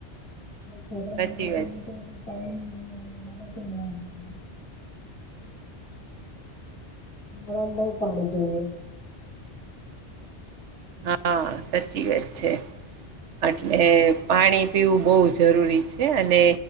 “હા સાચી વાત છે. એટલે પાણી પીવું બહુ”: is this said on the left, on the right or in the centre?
Right